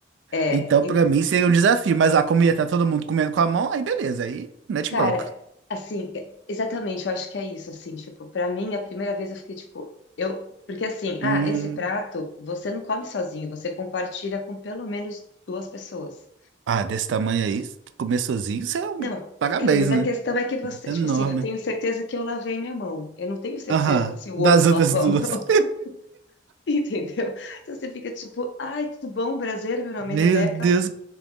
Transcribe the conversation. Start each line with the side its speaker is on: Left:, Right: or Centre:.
Left: É,
Right: Então, pra mim, seria um desafio, mas a comida tá todo mundo comendo com a mão, aí beleza, aí mete
Left: Cara,
Right: bronca.
Left: assim, é- exatamente, eu acho que é isso, assim, tipo, pra mim, a primeira vez eu fiquei, tipo, eu, porque assim,
Right: Hum,
Left: ah, esse prato, você não come sozinho, você compartilha com pelo menos duas pessoas.
Right: ah, desse tamanho aí, comer sozinho, isso é um
Left: Não,
Right: parabéns,
Left: é, mas
Right: né?
Left: a questão é que você,
Right: Isso é
Left: tipo
Right: enorme.
Left: assim, eu tenho certeza que eu lavei minha mão, eu não tenho certeza
Right: Aham,
Left: se o
Right: das
Left: outro
Right: outras
Left: lavou
Right: duas.
Left: a mão, <laughs> entendeu? Então você fica, tipo, ai, tudo bom, prazer, meu nome
Right: Meu
Left: é Rebeca,
Right: Deus.